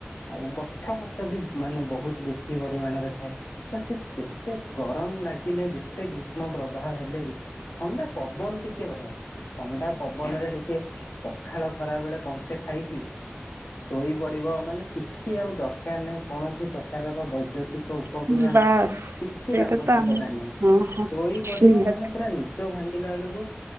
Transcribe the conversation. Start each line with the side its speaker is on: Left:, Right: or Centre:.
Left: ଆଉ ଗଛ ବ୍ରୁଛ ବି ମାନେ ବହୁତ ବେଶୀ ପରିମାଣରେ ଥାଏ ତ ସେ ଯେତେ ଗରମ ଲାଗିଲେ ଯେତେ ଗ୍ରୀଷ୍ମ ପ୍ରବାହ ହେଲେ ବି ଥଣ୍ଡା ପବନ ଟିକେ ବହେ ଥଣ୍ଡା ପବନରେ ଟିକେ ପଖାଳ ଖରା ବେଳେ କଣ୍ଟେ ଖାଇକି ଶୋଇ ପଡିବ ମାନେ କିଛି ଆଉ ଦରକାର ନାହିଁ କୌଣସି ପ୍ରକାରର ବୈଦ୍ୟୁତିକ ଉପକରଣ
Right: ନାହିଁ ବାସ୍
Left: କିଛିର
Right: ସେଇଟା
Left: ଆବଶ୍ୟକତା
Right: ତ ଆମ
Left: ନାହିଁ
Right: ହଁ ହଁ
Left: ଶୋଇ ପଡିବ
Right: ନିହାତି
Left: ମାନେ ପୁରା ନିଦ ଭାଙ୍ଗିଲା ବେଳକୁ